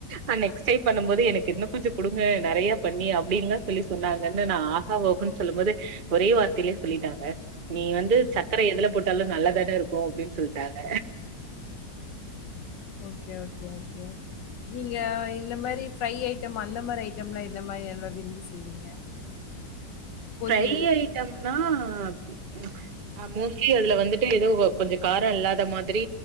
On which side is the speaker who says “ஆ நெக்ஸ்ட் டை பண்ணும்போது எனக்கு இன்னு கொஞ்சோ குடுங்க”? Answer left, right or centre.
Right